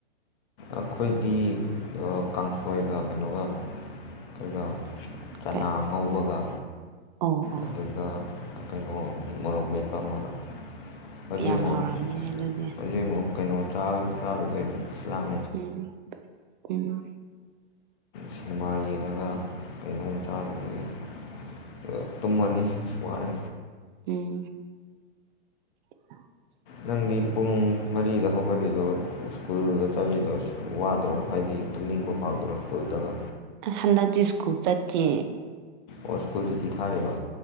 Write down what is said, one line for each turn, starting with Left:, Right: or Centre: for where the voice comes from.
Left: ꯑꯩꯈꯣꯏꯗꯤ ꯀꯥꯡꯁꯣꯏꯒ ꯀꯩꯅꯣꯒ ꯑꯗꯨꯒ ꯆꯅꯥ
Right: ꯀꯩ
Left: ꯉꯧꯕꯒ
Right: ꯑꯣ ꯑꯣ
Left: ꯑꯗꯨꯒ ꯀꯩꯅꯣ ꯃꯣꯔꯣꯛ ꯃꯦꯠꯄ ꯑꯃꯒ ꯍꯧꯖꯤꯛꯃꯨꯛ
Right: ꯌꯥꯝ ꯍꯥꯎꯔꯝꯅꯤꯅꯦ ꯑꯗꯨꯗꯤ
Left: ꯍꯧꯖꯤꯛꯃꯨꯛ ꯀꯩꯅꯣ ꯆꯥꯛ ꯆꯥꯔꯨꯗꯨꯏꯅꯦ ꯏꯁꯂꯥꯝ
Right: ꯎꯝ ꯎꯝ
Left: ꯁꯤꯅꯦꯃꯥ ꯌꯦꯡꯉꯒ ꯀꯩꯅꯣꯝ ꯆꯥꯔꯨꯗꯨꯏꯅꯦ ꯑ ꯇꯨꯝꯃꯅꯤ ꯋꯥꯔꯦ
Right: ꯎꯝ ꯎ <unintelligible>
Left: ꯅꯪꯗꯤ ꯄꯨꯡ ꯃꯔꯤꯗ ꯍꯧꯒꯠꯂꯤꯗꯣ ꯁ꯭ꯀꯨꯜꯒ ꯆꯠꯂꯤꯗꯣ ꯋꯥꯗ꯭ꯔꯣ ꯍꯥꯏꯗꯤ ꯇꯨꯝꯅꯤꯡꯕ ꯐꯥꯎꯗ꯭ꯔꯣ ꯁꯀꯨꯜꯗꯒ
Right: ꯑ ꯍꯟꯗꯛꯇꯤ ꯁ꯭ꯀꯨꯜ ꯆꯠꯇꯦ
Left: ꯑꯣ ꯁ꯭ꯀꯨꯜ ꯁꯨꯇꯤ ꯊꯥꯔꯤꯕ